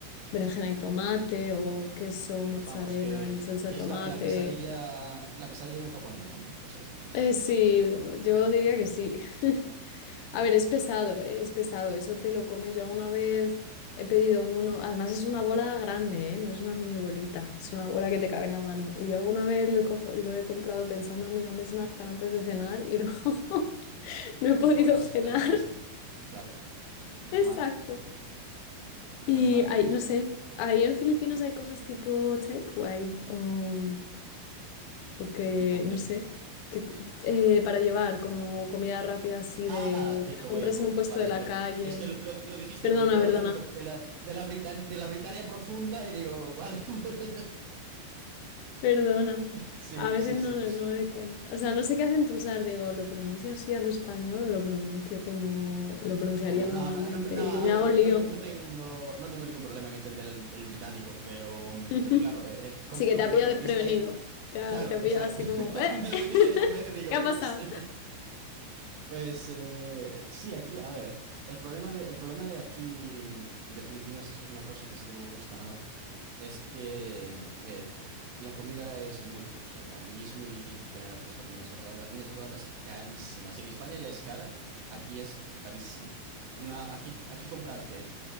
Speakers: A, on the left; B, on the right.
A: berenjena y tomate o queso, mozzarella
B: Vamos, que,
A: y salsa
B: que
A: de tomate.
B: es la, la pesadilla, la pesadilla de un japonés, ¿no? Básicamente me estás
A: Eh,
B: diciendo
A: sí,
B: que es.
A: yo diría que sí. <laughs> A ver, es pesado, eh, es pesado, eso te lo comes. Yo alguna vez he pedido uno, además es una bola grande, eh, No es una mini bolita, es una bola que te cabe en la mano. Y yo alguna vez lo he, cojo- lo he comprado pensando, "Ah, mira, un snack para antes de cenar y no <laughs> no he podido
B: Y luego ya
A: cenar.
B: no, ya no cenaste. Claro, normal,
A: Exacto. Y
B: normal.
A: hay, no sé, ahí en Filipinas hay cosas tipo takeaway o, o que,
B: ¿Tipo qué?
A: no sé, que, eh, para llevar como comida rápida así
B: Ah,
A: de
B: take
A: que la
B: away.
A: compres
B: O-
A: en un puesto
B: Vale,
A: de
B: es
A: la
B: que lo,
A: calle.
B: es que lo, lo- lo dijiste
A: Perdona,
B: con todo
A: perdona,
B: el acento de la, de la, Britan- de la Britania profunda y digo, vale, <laughs>
A: perdona.
B: sí,
A: A veces
B: sí,
A: no,
B: sí.
A: no me doy cuenta. O sea, no sé qué acentuar, digo, ¿lo pronuncio así al español o lo pronuncio como lo pronunciaría
B: Como,
A: normalmente?
B: no, no, no, a
A: Y me
B: ver,
A: hago
B: no,
A: lío.
B: no te- no tengo, no tengo ningún problema en entender el, el británico, pero,
A: <laughs>
B: pero claro, eh, eh, como,
A: Sí que
B: como
A: te ha pillado
B: me lo metiste
A: desprevenido.
B: ahí,
A: Te ha,
B: claro,
A: te ha pillado
B: exacto,
A: así
B: <laughs>
A: como, ¿eh?
B: me lo
A: <laughs>
B: metiste ahí de por medio, digo,
A: ¿Qué ha pasado?
B: ups. <laughs> Pues eh, sí, aquí, a ver, el problema de, el problema de aquí, mm, de Filipinas, y esto es una cosa que sí que no me gusta nada, es que eh, la comida es muy poco saludable y es muy difícil tener acceso a comida saludable. La comida saludable es carísima. Si en España ya es cara, aquí es carísima. Una, aquí, aquí comprarte